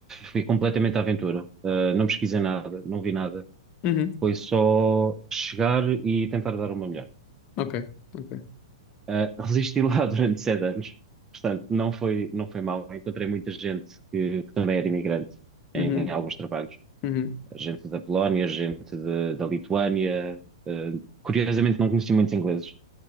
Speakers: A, on the right (about 15°); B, on the left (about 35°).
A: fui completamente à aventura. Uh, não pesquisei nada, não vi nada.
B: Uhum.
A: Foi só chegar e tentar dar uma melhor.
B: Ok, ok.
A: Ah, resisti lá <laughs> durante sete anos, portanto, não foi, não foi mal. Encontrei muita gente que, que também era imigrante
B: Uhum.
A: em, em alguns trabalhos.
B: Uhum.
A: Gente da Polónia, gente de- da Lituânia. Ah, curiosamente, não conheci muitos ingleses.